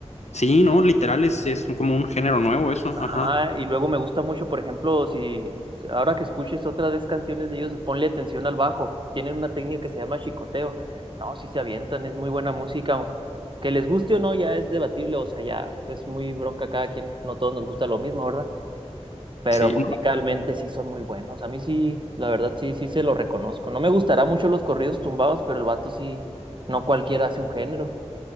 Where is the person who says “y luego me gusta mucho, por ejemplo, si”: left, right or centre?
Right